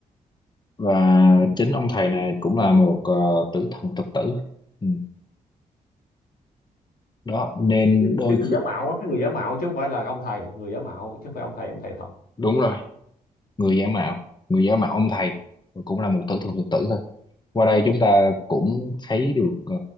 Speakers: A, on the left; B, on the left.
A: và chính ông thầy này cũng là một ờ, tử thần thực tử ừ. đó nên
B: cái
A: đôi
B: cái người
A: khi
B: giả mạo á cái người giả mạo chứ không phải là ông thầy người giả mạo chứ không phải ông thầy ông thầy thật
A: đúng rồi người giả mạo người giả mạo ông thầy cũng là một tử thần thực tử thôi qua đây chúng ta cũng thấy được ờ,